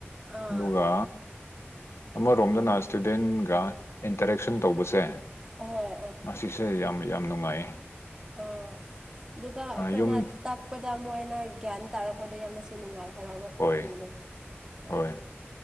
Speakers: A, on the right; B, on the left.
A: ꯑꯥ
B: ꯑꯗꯨꯒ ꯑꯃꯔꯣꯝꯗꯅ ꯏꯁꯇꯨꯗꯦꯟꯒ ꯏꯟꯇꯔꯦꯛꯁꯟ ꯇꯧꯕꯁꯦ
A: ꯑꯍꯣꯏ
B: ꯑꯁꯤꯁꯦ ꯌꯥꯝ ꯌꯥꯝ ꯅꯨꯡꯉꯥꯏꯌꯦ
A: ꯑꯣ ꯑꯗꯨꯒ ꯑꯩꯈꯣꯏꯅ
B: ꯌꯨꯝ
A: ꯇꯛꯄꯗ ꯃꯣꯏꯅ ꯒ꯭ꯌꯥꯟ ꯇꯥꯔꯛꯄ ꯄꯗ ꯌꯥꯝꯅꯁꯨ ꯅꯨꯡꯉꯥꯏ ꯍꯔꯥꯎꯕ ꯊꯣꯛꯄꯅꯤꯅꯦ
B: ꯍꯣꯏ
A: ꯑ
B: ꯍꯣꯏ